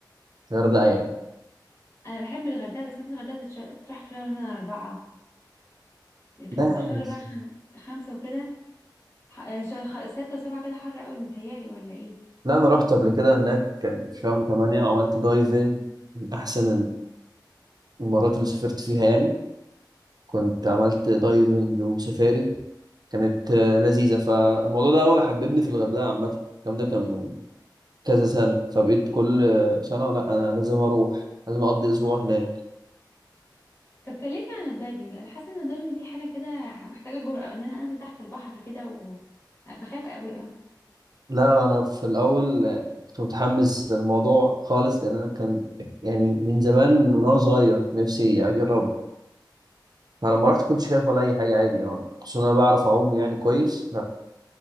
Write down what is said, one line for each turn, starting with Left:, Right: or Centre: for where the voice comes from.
Right: الغردقة يعني
Left: أنا بحب الغردقة بس مثلا الغردقة تتش- تروح في شهر مثلا أربعة لكن
Right: لا يا عم
Left: في شهر
Right: مش-
Left: بقى خ- خمسة وكده ح- آه، ش- خ- ستة وسبعة كده حر قوي متهيألي ولا إيه
Right: لا أنا رحت قبل كده هناك كان في شهر 8 وعملت دايفنج من أحسن المرات اللي سافرت فيها يعني كنت عملت دايفنج وسفاري كانت آه، لذيذة فالموضوع ده هو اللي حببني في الغردقة عامة الكلام ده كان من كذا سنة فبقيت كل آه، سنة لا أنا لازم أروح لازم أقضي أسبوع هناك
Left: طب كلمني عن الدايفنج أنا حاسة إن الدايفنج دي حاجة كده محتاجة جرأة إن أنا أنزل تحت البحر كده و... بخاف قوي
Right: لا انا في الاول آه، كنت متحمس للموضوع خالص لان انا كان يعني من زمان من وانا صغير نفسي اجربه فلما رحت كنت شايف ولا اي حاجه عادي يعني خصوصا انا بعرف اعوم يعني كويس